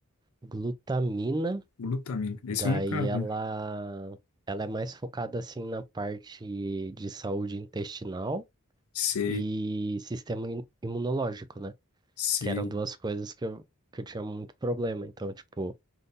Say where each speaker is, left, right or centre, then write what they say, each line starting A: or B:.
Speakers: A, on the right; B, on the left.
A: glutamina
B: Glutamina. Esse
A: Daí
B: eu nunca vi.
A: ela, ela é mais focada assim na parte de saúde intestinal
B: Sei,
A: e sistema im- imunológico, né?
B: sei.
A: Que eram duas coisas que eu, que eu tinha muito problema. Então, tipo,